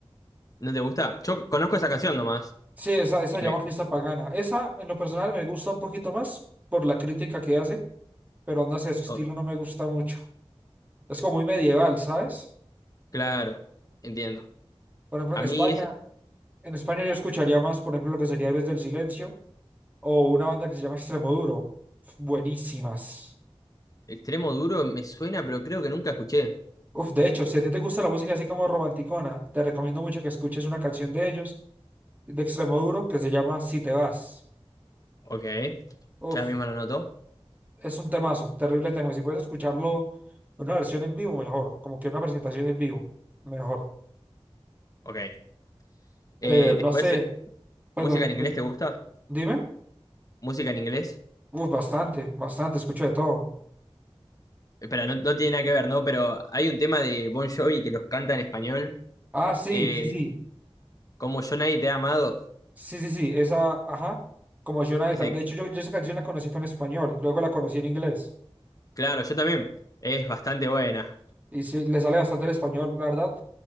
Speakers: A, on the left; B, on the right.
A: ¿no te gusta? Yo conozco esa canción nomás.
B: Sí, esa, esa
A: Y
B: se llama
A: me.
B: Fiesta Pagana. Esa, en lo personal, me gusta un poquito más por la crítica que hace, pero no sé, su estilo
A: oh,
B: no me gusta mucho. Es como muy medieval, ¿sabes?
A: claro, entiendo.
B: Por ejemplo,
A: A
B: en
A: mí
B: España,
A: es
B: en España yo escucharía más, por ejemplo, lo que sería Héroes del Silencio o una banda que se llama Extremoduro. Uf, Buenísimas.
A: extremo duro, me suena, pero creo que nunca escuché.
B: Uf, de hecho, si a ti te gusta la música así como romanticona, te recomiendo mucho que escuches una canción de ellos, de Extremoduro, que se llama Si te vas.
A: Ok.
B: Uf.
A: Ya mismo lo noto.
B: Es un temazo, terrible tema. Y si puedes escucharlo en una versión en vivo, mejor. Como que una presentación en vivo, mejor.
A: Ok. Eh,
B: Eh,
A: después
B: no sé, perdón,
A: ¿Música en inglés
B: pues
A: te gusta?
B: dime.
A: ¿Música en inglés?
B: Uf, bastante, bastante, escucho de todo.
A: Espera, no, no tiene nada que ver, ¿no? Pero hay un tema de Bon Jovi que los canta en español.
B: Ah, sí,
A: eh,
B: sí, sí.
A: como Yo Nadie Te ha Amado.
B: Sí, sí, sí, esa, ajá. Como Jonah
A: Ese,
B: De Tab- de hecho, yo, yo esa canción la conocí fue en español, luego la conocí en inglés.
A: claro, yo también. Es bastante buena.
B: Y sí, le sale bastante el español, la verdad,